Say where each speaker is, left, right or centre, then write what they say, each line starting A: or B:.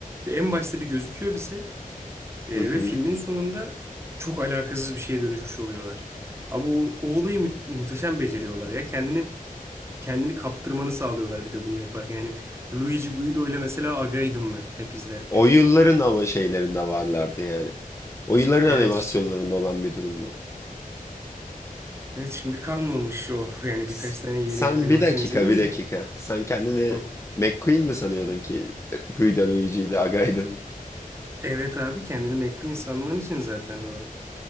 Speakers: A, on the right (about 15°); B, on the left (about 20°).
A: en başta bir gözüküyor bize e,
B: Hı hı.
A: ve filmin sonunda çok alakasız bir şeye dönüşmüş oluyorlar. Ama o, o olayı mü- muhteşem beceriyorlar ya. Kendini kendini kaptırmanı sağlıyorlar bir de bunu yaparken. Yani Luigi Guido ile mesela agaydım ben hep izlerken.
B: O yılların ama şeylerinde varlardı yani. O yılların
A: Evet
B: animasyonlarında
A: işte.
B: olan bir durum bu.
A: Evet şimdi kalmamış o. Yani
B: S-
A: birkaç tane yeni
B: Sen
A: animasyon
B: bir dakika
A: izledim
B: bir dakika.
A: de.
B: Sen kendini
A: Hı.
B: McQueen mi sanıyordun ki e, Guido Luigi ile Agaydın?
A: Evet abi kendini McQueen sanman için zaten o